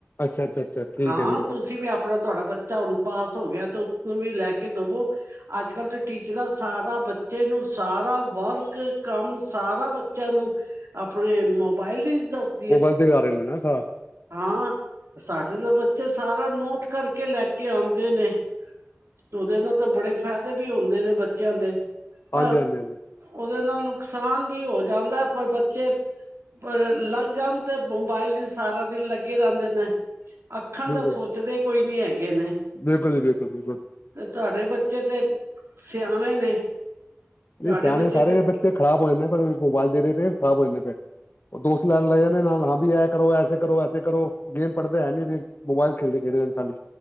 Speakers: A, on the left (about 55°); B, on the right (about 75°).
A: ਅੱਛਾ ਅੱਛਾ ਅੱਛਾ ਠੀਕ
B: ਹਾਂ,
A: ਹੈ ਜੀ
B: ਤੁਸੀਂ ਵੀ ਆਪਣਾ ਤੁਆਡਾ ਬੱਚਾ ਹੁਣ ਪਾਸ ਹੋ ਗੇਆ, ਤੇ ਉਸਨੂੰ ਵੀ ਲੈ ਕੇ ਦਵੋ ਅੱਜ ਕੱਲ੍ਹ ਤਾ ਟੀਚਰਾਂ ਸਾਰਾ ਬੱਚੇ ਨੂੰ, ਸਾਰਾ ਵਰਕ ਕੰਮ ਸਾਰਾ ਬੱਚੇਆਂ ਨੂੰ ਆਪਣੇ ਮੋਬਾਇਲ ਵਿੱਚ ਦੱਸ
A: ਮੋਬਾਇਲ ਤੇ ਆ ਰਏ ਨੇ, ਨਾ, ਸਾ
B: ਹਾਂ, ਸਾਡੇ ਤਾਂ ਬੱਚੇ ਸਾਰਾ ਨੋਟ ਕਰਕੇ ਲੈ ਕੇ ਆਦੇ ਨੇ ਤੇ ਓਦੇ ਨਾਲ ਤਾਂ ਬੜੇ ਫ਼ੈਦੇ ਵੀ ਹੁੰਦੇ ਨੇ ਬੱਚੇਆਂ ਦੇ, ਪਰ
A: ਹਾਂਜੀ ਹਾਂਜੀ ਹਾਂਜੀ
B: ਓਦੇ ਨਾਲ ਨੁਕਸਾਨ ਵੀ ਹੋ ਜਾਂਦਾ, ਪਰ ਬੱਚੇ ਲੱਗ ਜਾਨ, ਤੇ ਮੋਬਾਈਲ ਵਿਚ ਸਾਰਾ ਦਿਨ ਲੱਗੇ ਰੇਂਦੇ ਨੇ, ਅੱਖਾਂ
A: ਬਿਲਕੁਲ
B: ਦਾ ਸੋਚਦੇ ਕੋਈ ਨੀ ਹੈਗੇ ਨੇ
A: ਬਿਲਕੁਲ ਜੀ- ਬਿਲਕੁਲ- ਬਿਲਕੁਲ
B: ਤੇ, ਤੁਆਡੇ ਬੱਚੇ ਤੇ ਸਿਆਣੇ ਨੇ ਤੁਹਾਡੇ
A: ਨਈ ਸਿਆਣੇ
B: ਬੱਚੇ
A: ਸਾਰੇ
B: ਤੇ
A: ਨੇ ਬੱਚੇ, ਖਰਾਬ ਹੋ ਜਾਂਦੇ, ਪਰ ਮੋਬਾਇਲ ਦੇਣੇ ਤੇ ਖਰਾਬ ਹੋ ਜਾਂਦੇ ਫੇਰ ਉਹ ਦੋਸਤ ਕੈਣ ਲੱਗ ਜਾਂਦੇ ਨਾਲ, ਆਪ ਵੀ ਏ ਕਰੋ, ਐਸੇ ਕਰੋ, ਐਸੇ ਕਰੋ, ਗੇਮ, ਪੜ੍ਹਦੇ ਹੈ ਨੀ ਫ਼ਿਰ ਮੋਬਾਇਲ ਖੇਡਦੇ- ਖੇਡਦੇ ਖਾਲੀ,